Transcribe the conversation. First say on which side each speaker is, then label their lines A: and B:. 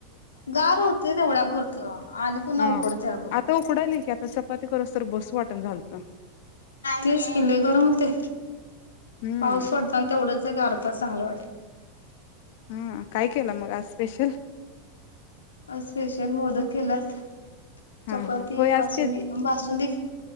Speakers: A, on the left; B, on the left.
A: गार होते तेवढ्या पुरतं आणि पुन्हा
B: ह
A: उकडते अग
B: आता उकडायलय की आता चपाती करूस तर बसू वाटण झालत
A: तीच की लय गरम होतंय
B: हम्म
A: पाऊस पडत आणि तेवढच अर्धा तास चांगलं वाटत
B: हा काय केलं मग आज स्पेशल
A: अस स्पेशल मोदक केल्यात
B: हा
A: चपाती
B: हा होय आज
A: बासुंदी
B: ते
A: बासुंदी